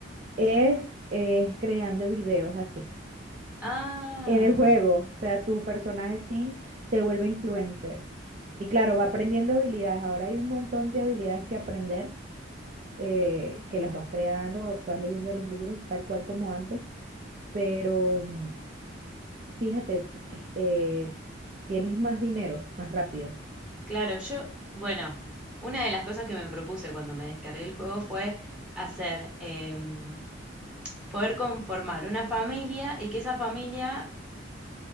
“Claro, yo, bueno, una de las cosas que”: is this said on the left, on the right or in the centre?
Centre